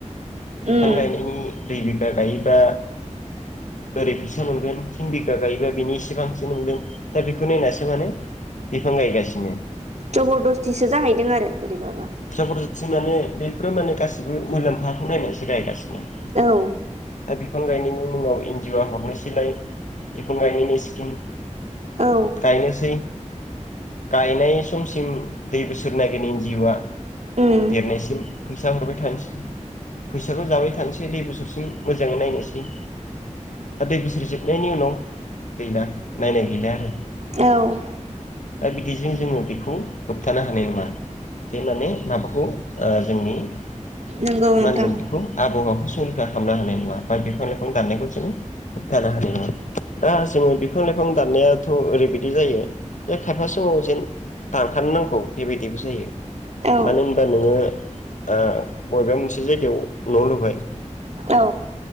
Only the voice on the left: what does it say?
बिफां
गायनायनि दुइ बिगा गायोबा ओरै फैसा मोनगोन थिन बिगा गायोबा बिनि इसेबांसि मानगोन दा बेखौ नायनासो माने बिफां गायगासिनो
जबरदस्थि माने बेफोरो माने गासिबो मुलाम्फाखौ नायनानैसो गायगासिनो
दा बिफां गायनायनि मुङाव एन जिअ आ हरनोसैलाय बिफां गायनायनि स्किम।
गायनोसै। गायनाय समसिम दुइ बोसोर नायगोन इन जिअ आ
देरनायसिम फैसा हरबाय थानोसै। फैसाखौ जाबाय थानोसै दुइ बोसोरसिम मोजाङै नायनोसै। दा दुइ बोसोर जोबनायनि उनाव गैला नायनाय गैला आरो।
दा बिदिजों जोङो बेखौ होबथानो हानाय नङा। जे माने माबाखौ ओ जोंनि मा
होनगोन बेखौ आबहावाखौ संरैखा खालामना हानाय नङा बा बिफां लाइफां दाननायखौ जोङो होबथानो हानाय नङा दा जोङो बिफां लाइफां दाननायाथ' ओरैबायदि जायो। जे खायफा समाव जेन दानखानो नांगौ बेबायदिबो जायो।
मानो होनबा नोङो ओ बबेबा मोनसे जायगायाव न' लुबाय